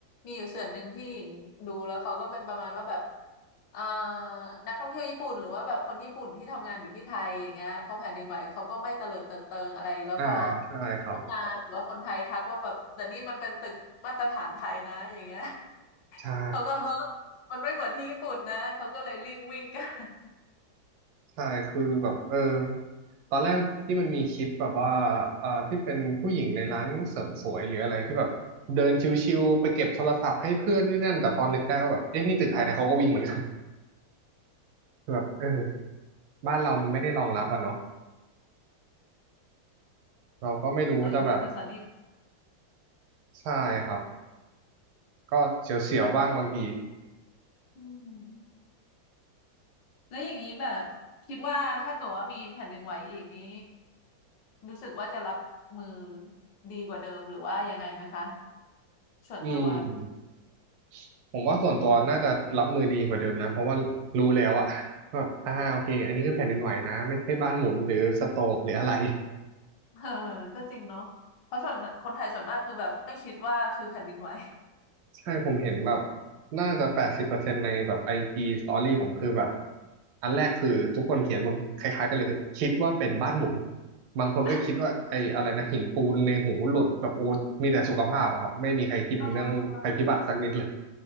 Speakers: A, on the left; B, on the right.
A: มีอยู่ส่วนหนึ่งที่หญิงดูแล้วเขาก็เป็นประมาณว่าแบบอ่านักท่องเที่ยวญี่ปุ่นหรือว่าแบบคนญี่ปุ่นที่ทำงานอยู่ที่ไทยอย่างเงี้ยพอแผ่นดินไหวเขาก็ไม่เตลิดเปิดเปิงอะไรแล้วพอ
B: อ่าใช่ครับ
A: พวกงานหรือว่าคนไทยทักว่าแบบแต่นี่มันเป็นตึกมาตรฐานไทยนะอย่างเงี้ย <laughs>
B: ใช่
A: เขาก็เฮ้อมันไม่เหมือนที่ญี่ปุ่นนะเขาก็เลยรีบวิ่งกัน
B: ใช่คือแบบเออตอนแรกที่มันมีคลิปแบบว่าเอ่อที่เป็นผู้หญิงในร้านเสริมสวยหรืออะไรที่แบบเดินชิวๆไปเก็บโทรศัพท์ให้เพื่อนด้วยนั่นแต่พอนึกได้ว่าแบบเอ๊ะนี่ตึกไทยนะเขาก็วิ่งเหมือนกัน <laughs> แบบเออบ้านเรามันไม่ได้รองรับอ่ะเนาะเราก็ไม่รู้จะแบบ
A: <laughs> อย่างที่คุณซันนี่
B: ใช่ครับก็เสียวๆบ้างบางที
A: อืม แล้วอย่างนี้แบบคิดว่าถ้าเกิดว่ามีแผ่นดินไหวอีกนี้รู้สึกว่าจะรับมือดีกว่าเดิมหรือว่ายังไงไหมคะส่วนตัว
B: อืมผมว่าส่วนตัวน่าจะรับมือดีกว่าเดิมนะเพราะว่ารู้แล้วอะ <laughs> แบบอ่าโอเคอันนี้คือแผ่นดินไหวนะไม่ใช่บ้านหมุนหรือสโตรกหรืออะไร
A: อืมเออก็จริงเนาะเพราะส่วนคนไทยส่วนมากคือแบบไม่คิดว่าคือแผ่นดินไหว
B: ใช่ผมเห็นแบบน่าจะแปดสิบเปอร์เซ็นต์ในแบบไอจีสตอรี่ผมคือแบบอันแรกคือทุกคนเขียนหมดคล้ายๆกันเลยคือคิดว่าเป็นบ้านหมุนบางคนก็คิดว่าไอ้อะไรนะหินปูนในหูหลุดแบบโอ้
A: <laughs>
B: มีแต่สุขภาพอะครับไม่มีใครคิดถึงเรื่องภัยพิบัติสักนิดเลย
A: เออ